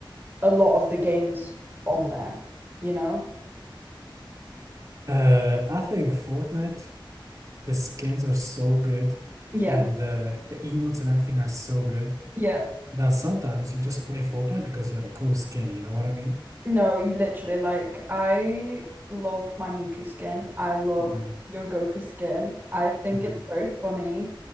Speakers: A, on the right; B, on the right.
A: a lot of the games on there, you know?
B: Uh, I think Fortnite, the skins are so good,
A: Yeah.
B: and the the emotes and everything are so good
A: Yeah.
B: that sometimes you just play Fortnite because you have a cool skin. You know what I mean?
A: No, you literally like I love my Miku skin. I love
B: hmm
A: your Goku skin. I think
B: Yeah.
A: it's very funny.